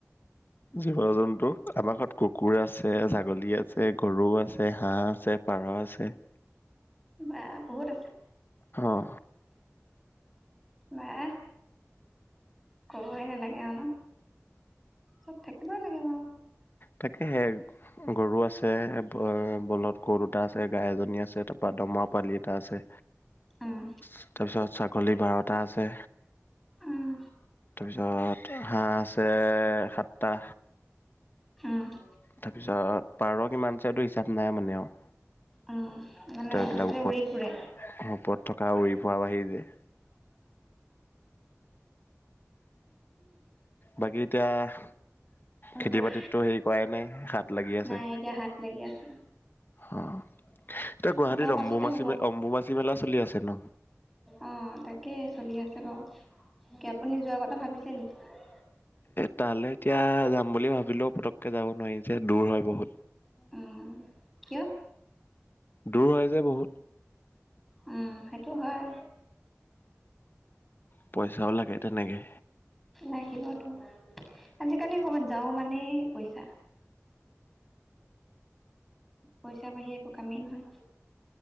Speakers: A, on the left; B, in the centre.
A: জীৱ -জন্তু, আমাৰ ঘৰত কুকুৰ আছে, ছাগলী আছে, গৰু আছে। আছে, হাঁহ আছে, পাৰ আছে।
B: বা বহুত আছে।
A: অ
B: নাই। কবই নালাগে আৰু ন চ'ব থাকিবই লাগে বাৰু।
A: তাকে হে- গৰু আছে, বলধ গৰু দুটা আছে, গাই এজনী আছে, তাৰপৰা দমৰা পোৱালি এটা আছে,
B: উম
A: তাৰপিছত ছাগলী বাৰ‌ টা এটা আছে।
B: উম।
A: তাৰপিছত হাঁহ আছে সাতটা।
B: উম
A: তাৰপিছত পাৰঁ কিমান- পইচাটো হিচাপ নাই মানে আৰু।
B: উম। মানে
A: ত'
B: জতে-ততে
A: এইবিলাক ওপৰত
B: উৰি ফুৰে।
A: ওপৰত উৰি ফুৰা বাহিৰে- বাকী এতিয়া- খেতি
B: কওক
A: বাতিতটো হেৰি কৰাই নাই। সাত- লাগি আছে।
B: নাই এতিয়া হাত লাগি আছে।
A: অ এতিয়া গুৱাহাটীত
B: হাতৰ পাছতে
A: অম্বুবাচী
B: হ'ব
A: অম্বুমাচী মেলা চলি আছে ন।
B: অ তাকে চলি আছে বাৰু। কি আপুনি যোৱাৰ কথা ভাবিছে নেকি?
A: তালে এতিয়া যাম বুলি ভাবিলেও পটককে যাব নোৱাৰি যে দূৰ হয় বহুত।
B: উম কিয়?
A: দূৰ হয় যে বহুত।
B: উম সেইটো হয়।
A: পইচাও লাগে তেনেকে
B: লাগিবতো আজিকালি কৰ'বাত যাও মানে পইচা। পইচা বাঢ়িৰে একো কামেই নহয়।